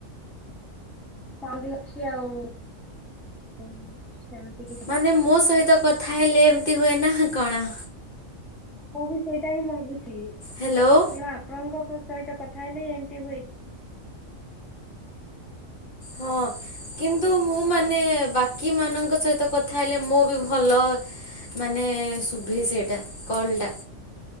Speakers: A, in the centre; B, on the left.
A: ବଅଁନ୍ଦୀ ଅଛି ଆଉ ଉଁ ସେମିତି କି
B: ମାନେ ମୋ ସହିତ କଥା ହେଲେ ଏମିତି ହୁଏ ନା କଣ?
A: ମୁଁ ବି ସେଇଟା ହିଁ ଭାବୁଛି।
B: ହ୍ୟାଲୋ।
A: କିଣ ଆପଣଙ୍କ କ ସହିତ କଥା ହେଲେ ଏମିତି ହୁଏ।
B: ହ ଅଁ। କିନ୍ତୁ ମୁଁ ମାନେ ବାକିମାନଙ୍କ ସହିତ କଥା ହେଲେ ମୁଁ ବି ଭଲ। ମାନେ ଶୁଭେ ସେଟା କଲ୍ ଟା